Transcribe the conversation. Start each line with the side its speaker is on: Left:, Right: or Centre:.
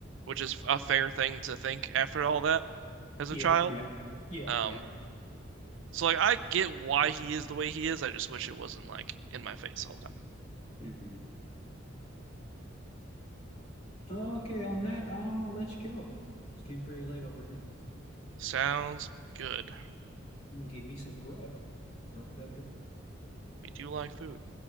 Right: which is a fair thing to think after all that as
Left: Yeah,
Right: a child.
Left: yeah, yeah,
Right: Um,
Left: yeah.
Right: so like I get why he is the way he is. I just wish it wasn't like in my face all the time.
Left: hmm Okay, on that, I'm gonna let you go. It's getting pretty late over here.
Right: Sounds good.
Left: You can get me some grub. Grub it up.
Right: We do like food.